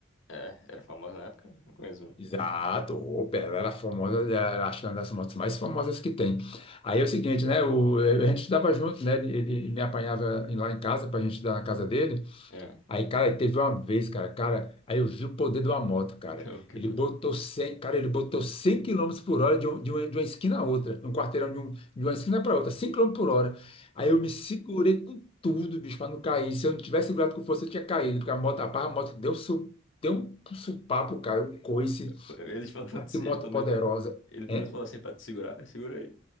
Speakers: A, on the left; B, on the left.
A: É, era famosa na época? Não conheço muito.
B: Exato, opa, ela era famosa, era, acho que uma das motos mais famosas que tem. Aí é o seguinte, né? O, a gente estudava junto, né? Ele, ele me apanhava em- lá em casa para a gente estudar na casa dele.
A: É,
B: Aí, cara, teve uma vez, cara, cara, aí eu vi o poder de uma moto, cara.
A: <laughs> o que
B: Ele
A: foi?
B: botou 100, cara, ele botou 100 quilômetros por hora de, um- de uma, de uma esquina a outra, um quarteirão de, um- de uma esquina para outra, cem km por hora.
A: Foi-
B: Aí eu me segurei com tudo, bicho, para não cair. Se eu não tivesse segurado com força, eu tinha caído, porque a moto, a barra, a moto deu, su, deu um supapo, cara, um coice.
A: foi- Ele falou pra
B: Cara,
A: te,
B: que moto
A: ele pelo
B: poderosa,
A: menos, ele pelo
B: hein?
A: menos falou assim pra te segurar. Segura aí.